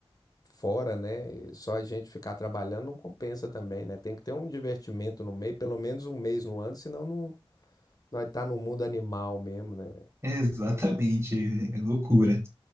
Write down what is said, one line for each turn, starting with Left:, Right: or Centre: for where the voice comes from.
Left: fora, né? Só a gente ficar trabalhando não compensa também, né? Tem que ter um divertimento no meio, pelo menos um mês no ano, senão não, nós tá no mundo animal mesmo, né? velho?
Right: É, exatamente, é, é loucura.